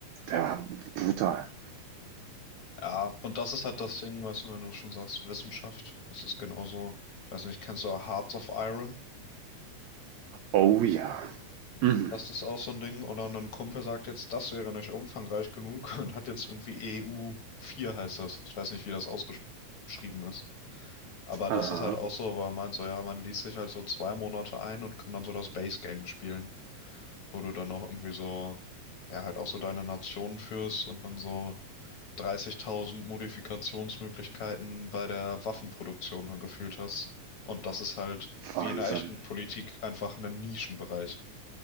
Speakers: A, on the right; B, on the left.
A: da, brutal.
B: Ja, und das ist halt das Ding, weißt du, wenn du schon sagst, Wissenschaft, das ist genauso, ich weiß nicht, kennst du Hearts of Iron?
A: Oh ja. Mhm.
B: Das ist auch so ein Ding. Oder ein Kumpel sagt jetzt, das wäre nicht umfangreich genug <laughs> und hat jetzt irgendwie eu vier heißt das. Ich weiß nicht, wie das ausgeschrieben ist. Aber das
A: Aha,
B: ist halt auch so, weil man meint so, ja, man liest sich halt so zwei Monate ein und kann dann so das Base Game spielen, wo du dann auch irgendwie so, ja, halt auch so deine Nation führst und dann so 30.000 Modifikationsmöglichkeiten bei der Waffenproduktion dann gefühlt hast. Und das ist halt
A: Wahnsinn.
B: wie in der echten Politik einfach ein Nischenbereich.